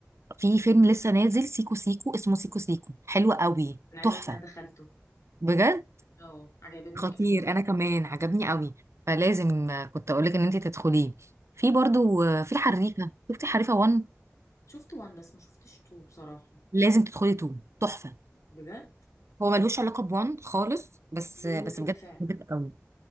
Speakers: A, on the right; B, on the left.
A: في فيلم لسه نازل سيكو سيكو اسمه سيكو سيكو حلو قوي
B: انا عايزه
A: تحفه
B: اقولك ان انا دخلته
A: بجد
B: اه عجبني
A: خطير
B: <laughs> في
A: انا كمان عجبني
B: مم.
A: قوي فلازم آه، كنت اقول لك ان انت تدخليه في برضو آه، في الحريفه شفتي حريفه 1
B: شفت وان بس ما شفتش تو بصراحة
A: لازم تدخلي 2 تحفه
B: بجد
A: هو ملوش علاقه ب 1 خالص بس
B: بيقولوا
A: آه، بس
B: كده
A: بجد
B: فعلا
A: بحبك قوي